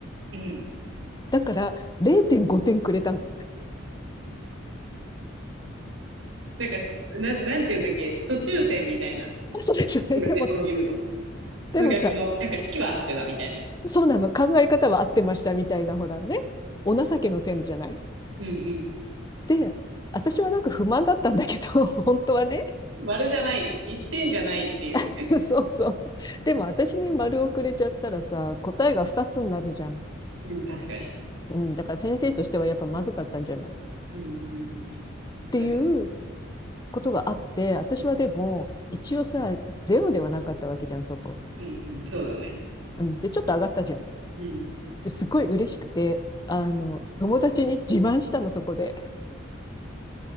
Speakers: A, on the right; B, on the left.
A: うん。
B: だから0.5点くれたの。
A: なんか、な、なんて言うんだっけ、途中点みたいな。
B: <laughs> それそれでも、
A: いやね、そういうの。
B: でもさ、
A: 数学の、なんか式はあってだみたいな。
B: そうなの、考え方は合ってましたみたいな、ほらね、お情けの点じゃない
A: うんう
B: で、私はなんか不満だったんだけど、<laughs> 本当はね。
A: ん。丸じゃない。一点じゃないっていう。
B: <laughs> そうそう。でも私に丸をくれちゃったらさ、答えが2つになるじゃん。
A: うん、確かに。
B: うん、だから先生としてはやっぱまずかったんじゃないっ
A: うんうんうん。
B: ていう
A: 確か
B: ことがあって、私はでも、一応さ、ゼロではなかったわけじゃん、そこ。
A: に。うんうん、そうだね。
B: うん。で、ちょっと上がったじゃん。
A: うん。
B: で、すごい嬉しくて、あの、友達に自慢したの、そこで。<laughs>